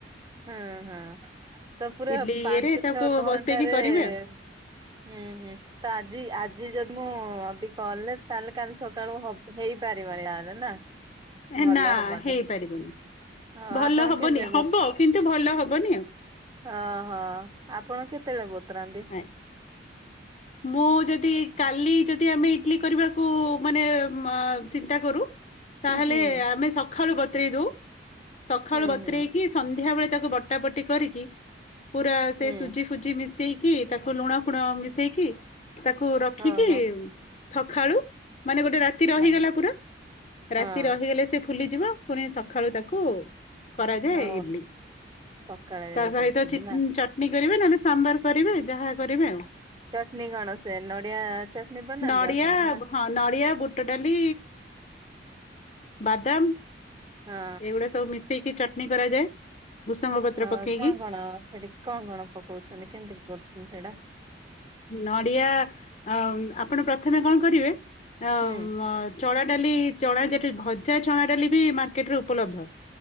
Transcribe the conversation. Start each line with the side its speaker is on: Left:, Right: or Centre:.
Right: ହୁଁ ହୁଁ ତ ପୁରା
Left: ଇଡଲି
Right: ପାଞ୍ଚ
Left: ଇଏରେ ତାକୁ
Right: ଛଅ ଘଣ୍ଟାରେ
Left: ବସେଇକି କରିବେ
Right: ହୁଁ
Left: ଆଉ
Right: ହୁଁ। ତ ଆଜି ଆଜି ଯଦି ମୁଁ ଅବି କଲ୍ ରେ ତାହେଲେ କାଲି ସକାଳୁ ହେଇପାରିବନି ତାହେଲେ ନା? ଭଲ
Left: ନା
Right: ହବନି
Left: ହେଇପାରିବନି
Right: ହଁ
Left: ଭଲ
Right: ଆପଣ
Left: ହବନି
Right: କେବେ
Left: ହବ କିନ୍ତୁ ଭଲ ହବନି ଆଉ।
Right: ଓହ ଆପଣ କେତେବେଳେ ବତୁରାନ୍ତି?
Left: ଆଜ୍ଞା। ମୁଁ ଯଦି କାଲି ଯଦି ଆମେ ଇଟିଲି କରିବାକୁ ମାନେ ଚିନ୍ତା କରୁ। ତାହେଲେ
Right: ହୁଁ
Left: ଆମେ ସକାଳୁ ବତୁରେଇ ଦଉ ସକାଳୁ
Right: ହୁଁ
Left: ବତୁରେଇକି
Right: ହୁଁ
Left: ସନ୍ଧ୍ୟା ବଳେ ତାକୁ ବଟା ବଟି କରିକି ପୁରା ସେ
Right: ହୁଁ
Left: ସୁଜି ସୁଜି ମିଶେଇକି ତାକୁ ଲୁଣ ଫୁଣ ମିଶେଇକି ତାକୁ ରଖିକି
Right: ଓହୋ
Left: ସକାଳୁ ମାନେ ଗୋଟେ ରାତି ରହିଗଲା
Right: ହଁ
Left: ପୁରା ରାତି
Right: ହଁ
Left: ରହିଗଲେ ସେ ଫୁଲିଯିବ ପୁଣି ଖାଳୁ ତାକୁ କରାଯାଏ
Right: ଓ
Left: ଇଟିଲି
Right: ସକାଳେ ଯାଇ
Left: ତା ସହିତ
Right: କରୁଛନ୍ତି
Left: ଚି
Right: ନା
Left: ଚଟ ଚଟଣୀ କରିବେ ନହେଲେ ସମ୍ବାର କରିବେ ଯାହା କରିବେ ଆଉ।
Right: ଚଟଣୀ କଣ ସେ ନଡିଆ ଚଟଣୀ ବନାନ୍ତି
Left: ନଡିଆ
Right: ଆପଣ ନା
Left: ହଁ ନଡ଼ିଆ ବୁଟ ଡାଲି ବାଦାମ।
Right: ହଁ
Left: ଏଗୁଡା ସବୁ ମିଶେଇକି ଚଟଣି କରାଯାଏ। ଭୃସଙ୍ଗ ପତ୍ର
Right: ଅ
Left: ପକେଇକି
Right: କଣ କଣ ସେଠି କଣ କଣ ପକଉଛନ୍ତି କେମିତି କରୁଛନ୍ତି ସେଟା?
Left: ନଡ଼ିଆ ଅ ଆପଣ ପ୍ରଥମେ କଣ କରିବେ ଅ
Right: ହୁଁ
Left: ଚଣା ଡାଲି ଚଣା ଯେଠି ଭଜା ଚଣା ଡାଲି ବି ମାର୍କେଟ ରେ ଉପଲବ୍ଧ।